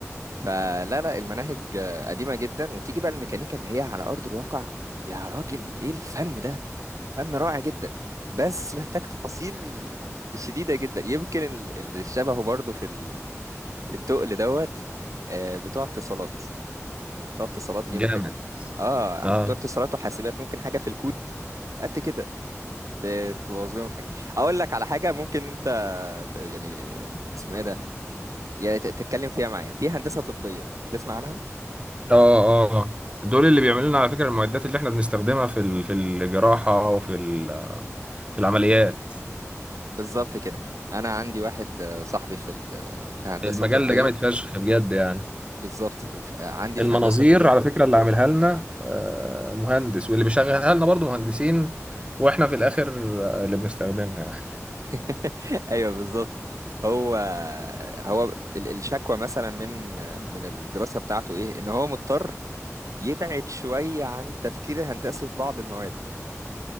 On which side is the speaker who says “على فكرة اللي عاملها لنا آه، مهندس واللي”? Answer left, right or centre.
Right